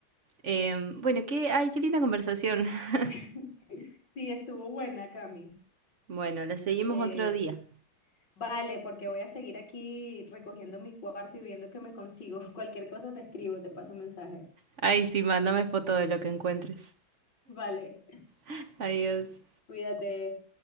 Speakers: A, on the right (about 45°); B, on the left (about 55°).
A: Eh, bueno, qué, ay, qué linda conversación. <laughs>
B: <laughs> Sí, estuvo buena, Cami.
A: Bueno, la seguimos
B: Eh,
A: otro día.
B: vale, porque voy a seguir aquí recogiendo mi cuarto y viendo qué me consigo. <laughs> Cualquier cosa te escribo, te paso un mensaje.
A: Ay, sí, mándame foto de lo que encuentres.
B: Vale,
A: <laughs> Adiós.
B: cuídate.